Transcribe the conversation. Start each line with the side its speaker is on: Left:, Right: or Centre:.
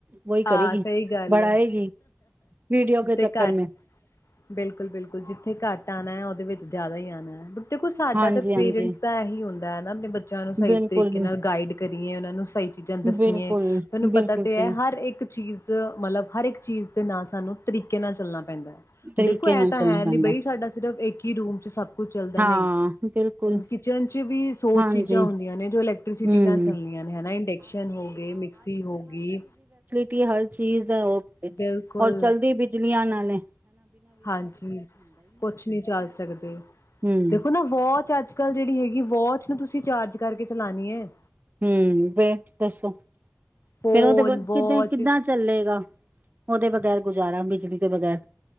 Right: ਵਹੀ
Left: ਹਾਂ
Right: ਕਰੇਗੀ।
Left: ਸਹੀ ਗੱਲ
Right: ਬੜਾਏਗੀ
Left: ਏ,
Right: ਵੀਡੀਓ ਕੇ
Left: ਤੇ
Right: ਚੱਕਰ
Left: ਘਟ ਘੱਟ
Right: ਮੈਂ
Left: ਬਿਲਕੁਲ-ਬਿਲਕੁਲ ਜਿੱਥੇ ਘੱਟ ਆਉਣਾ ਹੈ ਉਹਦੇ ਵਿੱਚ ਜ਼ਿਆਦਾ ਹੀ ਆਉਨਾ ਬ ਦੇਖੋ ਸਾਡਾ
Right: ਹਾਂਜੀ-ਹਾਂਜੀ।
Left: ਤਾਂ ਪੇਰੈਂਟਸ ਤਾਂ ਇਹੀ ਹੁੰਦਾ ਹੈ ਨਾ ਆਪਣੇ ਬੱਚਿਆਂ ਨੂੰ ਸਹੀ
Right: ਬਿਲਕੁਲ,
Left: ਤਰੀਕੇ ਨਾਲ ਗਾਈਡ ਕਰੀਏ ਉਹਨਾਂ ਨੂੰ ਸਹੀ ਚੀਜ਼ਾਂ ਦਸੀਏ।
Right: ਬਿਲਕੁਲ,
Left: ਤੁਹਾਨੂੰ
Right: ਬਿਲਕੁਲ
Left: ਪਤਾ ਤੇ
Right: ਸਹੀ
Left: ਹੈ ਹਰ ਇੱਕ ਚੀਜ਼ ਮਤਲਬ ਹਰ ਇੱਕ ਚੀਜ਼ ਦੇ ਨਾਲ ਸਾਨੂੰ ਤਰੀਕੇ ਨਾਲ ਚੱਲਣਾ ਪੈਂਦਾ
Right: ਤਰੀਕੇ
Left: ਦੇਖੋ ਇਹ
Right: ਨਾਲ
Left: ਤਾਂ
Right: ਚੱਲਣਾ
Left: ਹੈ
Right: ਪੈਂਦਾ।
Left: ਨੀ ਬਈ ਸਾਡਾ ਸਿਰਫ ਇੱਕ ਕਿ ਰੂਮ ਚ ਸਭ ਕੁਛ ਚਲਦਾ
Right: ਹਾਂ,
Left: ਨਹੀਂ
Right: ਬਿਲਕੁਲ
Left: ਕਿਚਨ ਚ ਵੀ ਸੌ
Right: ਹਾਂਜੀ,
Left: ਚੀਜ਼ਾਂ ਹੁੰਦੀਆਂ ਨੇ ਜੋ ਇਲੈਕਟ੍ਰੀਸਿਟੀ
Right: ਹੂੰ।
Left: ਨਾਲ ਚੱਲਦੀਆਂ ਨੇ ਹਨਾ ਇੰਡਕਸ਼ਨ ਹੋ ਗਏ, ਮਿਕਸੀ ਹੋ ਗਈ।
Right: ਪੀ ਹਰ ਚੀਜ਼ ਦਾ ਓ ਪਏ, ਤੇ
Left: ਬਿਲਕੁਲ
Right: ਚਲਦੀ ਬਿਜਲੀਆਂ ਨਾਲ ਨੇ
Left: ਹਾਂਜੀ ਕੁਛ ਨਹੀਂ ਚੱਲ ਸਕਦੇ
Right: ਹੂੰ।
Left: ਦੇਖੋ ਨਾ ਵਾਚ ਅੱਜ਼ ਅੱਜ ਕੱਲ ਜਿਹੜੀ ਹੈਗੀ, ਵੋਚ ਨੂੰ ਤੁਸੀਂ ਚਾਰਜ ਕਰਕੇ ਚਲਾਣੀ ਹੈ।
Right: ਹੂੰ, ਫੇਰ ਦੱਸੋ, ਫੇਰ
Left: ਫੋਨ
Right: ਉਹਦੇ ਬਗੈਰ
Left: ਵੋਚ
Right: ਕੀਦੇ ਕਿੱਦਾਂ ਚੱਲੇਗਾ, ਉਹਦੇ ਬਗ਼ੈਰ ਗੁਜ਼ਾਰਾ ਬਿਜਲੀ ਬਗੈਰ